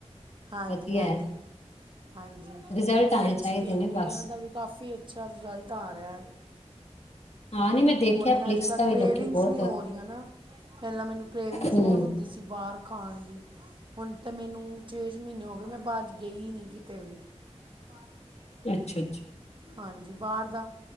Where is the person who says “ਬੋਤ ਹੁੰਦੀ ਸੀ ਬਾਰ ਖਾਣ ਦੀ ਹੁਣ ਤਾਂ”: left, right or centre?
Right